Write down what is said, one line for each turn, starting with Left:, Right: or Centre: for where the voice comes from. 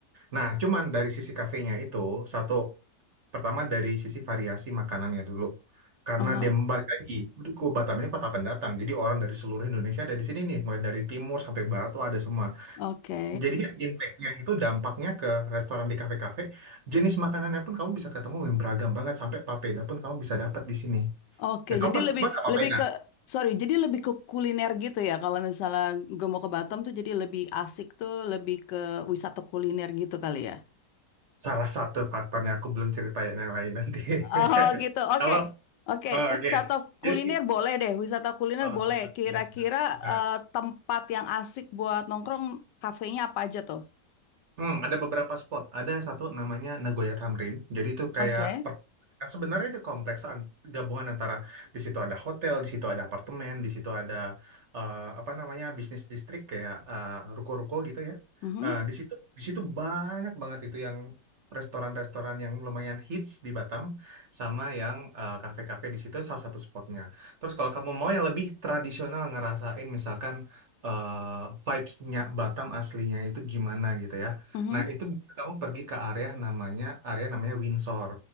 Right: Nah, cuman dari sisi kafenya itu satu pertama dari sisi variasi makanannya dulu. Karena
Left: aha,
Right: dia balik lagi, itu ke Batam ini kota pendatang. Jadi orang dari seluruh Indonesia ada di sini nih, mulai dari timur sampai barat tuh ada semua.
Left: Oke,
Right: Jadinya impact-nya itu dampaknya ke restoran di kafe-kafe, jenis makanannya pun kamu bisa ketemu yang beragam banget sampai papeda pun kamu bisa dapat di sini.
Left: Oke.
Right: Ya, kamu
Left: Jadi
Right: pernah
Left: lebih
Right: coba nggak apa
Left: lebih
Right: pena?
Left: ke sorry, jadi lebih ke kuliner gitu ya. Kalau misalnya gue mau ke Batam tuh jadi lebih asik tuh lebih ke wisata kuliner gitu kali ya.
Right: Salah satu faktornya aku belum ceritain yang lain nanti.
Left: Oh gitu,
Right: <laughs>
Left: oke,
Right: Kalau
Left: oke.
Right: oh, oke,
Left: Wisata kuliner
Right: Jadi
Left: boleh deh, wisata kuliner
Right: salah
Left: boleh.
Right: satu faktor
Left: Kira-kira
Right: yang kita
Left: eh, tempat yang asik buat nongkrong, kafenya apa aja tuh?
Right: Hmm, ada beberapa spot. Ada satu namanya Nagoya Tamrin. Jadi itu kayak
Left: Oke,
Right: per- sebenarnya di kompleks an- gabungan antara di situ ada hotel, di situ ada apartemen, di situ ada eh, apa namanya bisnis distrik kayak eh, ruko-ruko gitu ya.
Left: Mhm.
Right: Eh, di situ di situ banyak banget itu yang restoran-restoran yang lumayan hits di Batam sama yang eh, kafe-kafe di situ salah satu spotnya. Terus kalau kamu mau yang lebih tradisional ngerasain misalkan eh, vibes-nya Batam aslinya itu gimana gitu ya.
Left: Mhm.
Right: Nah, itu bisa kamu pergi ke area namanya area namanya Windsor.